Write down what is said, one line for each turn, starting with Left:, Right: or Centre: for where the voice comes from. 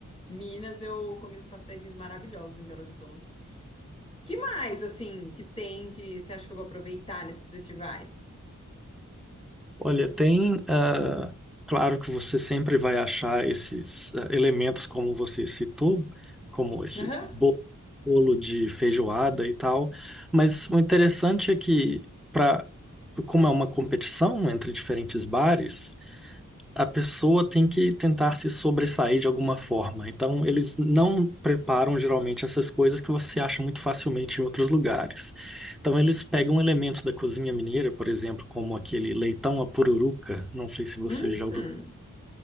Left: Minas eu comi uns pasteizinhos maravilhosos em Belo Horizonte. Que mais, assim, que tem que você acha que eu vou aproveitar nesses festivais?
Centre: Olha, tem. ah, claro que você sempre vai achar esses ah, elementos, como você citou, como esse
Left: Aham.
Centre: bo- bolo de feijoada e tal, mas o interessante é que, pra, como é uma competição entre diferentes bares a pessoa tem que tentar se sobressair de alguma forma. Então, eles não preparam geralmente essas coisas que você acha muito facilmente em outros lugares. Então, eles pegam elementos da cozinha mineira, por exemplo, como aquele leitão à pururuca, não sei se você
Left: Hum,
Centre: já ouviu,